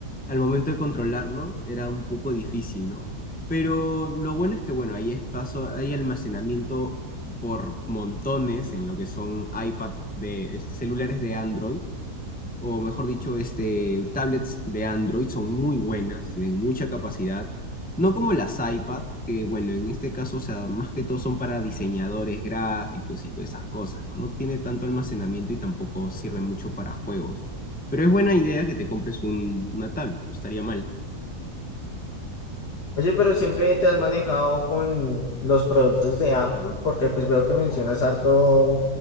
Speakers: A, in the centre; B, on the left (about 75°).
A: al momento de controlarlo era un poco difícil, ¿no? Pero lo bueno es que, bueno, hay espacio, hay almacenamiento por montones en lo que son iPad de este, celulares de Android o mejor dicho, este, tablets de Android son muy buenas, tienen mucha capacidad, no como las iPad, que bueno, en este caso, o sea, más que todo son para diseñadores gráficos y todas esas cosas, no, No tiene tanto almacenamiento y tampoco sirve mucho para juegos. Pero es buena idea que te compres un- una tablet, no estaría mal.
B: Oye, pero siempre te has manejado con los productos de Apple, porque pues veo que mencionas harto